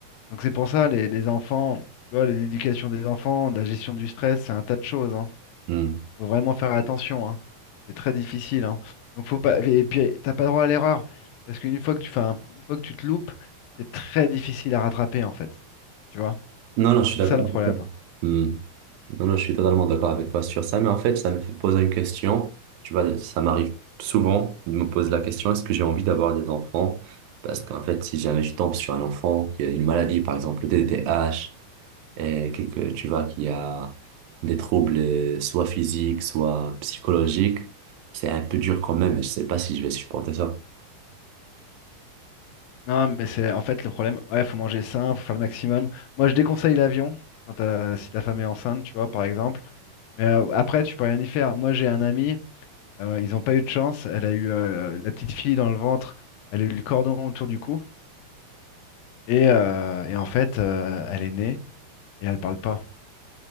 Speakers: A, on the left; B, on the right.
A: Donc, c'est pour ça, les, les enfants, tu vois, l'éducation des enfants, la gestion du stress, c'est un tas de choses. hein.
B: Hmm.
A: Faut vraiment faire attention, hein. C'est très difficile, hein. Donc faut pas. Et puis t'as pas droit à l'erreur. Parce qu'une fois que tu fais un- une fois que tu te loupes, c'est très difficile à rattraper en fait. Tu vois?
B: Non, non, je suis d'accord
A: C'est ça le problème.
B: avec toi. Hmm. Non, non, je suis totalement d'accord avec toi sur ça, mais en fait, ça me fait poser une question. Tu vois, ça m'arrive souvent de me poser la question, est-ce que j'ai envie d'avoir des enfants? Parce qu'en fait, si jamais je tombe sur un enfant qui a une maladie, par exemple le TDAH, et que, que tu vois, qui a des troubles euh, soit physiques, soit psychologiques, c'est un peu dur quand même, et je sais pas si je vais supporter ça.
A: Non, mais c'est en fait le problème, ouais, faut manger sain, faut faire le maximum. Moi je déconseille l'avion quand t'as- si ta femme est enceinte, tu vois, par exemple. Mais euh, après, tu peux rien y faire. Moi j'ai un ami, euh, ils ont pas eu de chance, elle a eu euh, la petite fille dans le ventre, elle a eu le cordon autour du cou, et, euh, et en fait, euh, elle est née et elle parle pas.